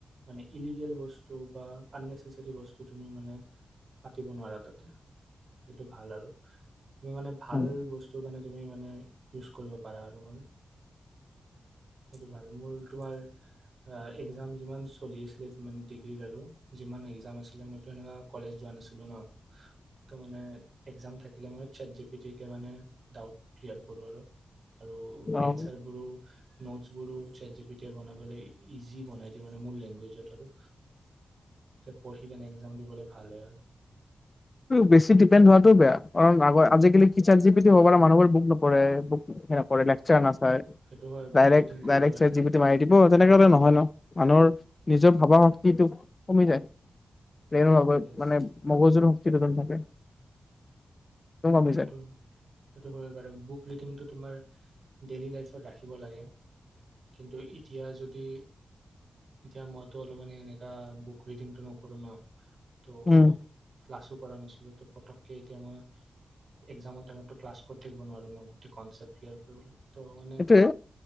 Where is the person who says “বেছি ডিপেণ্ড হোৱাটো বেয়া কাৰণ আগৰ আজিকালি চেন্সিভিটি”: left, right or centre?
Left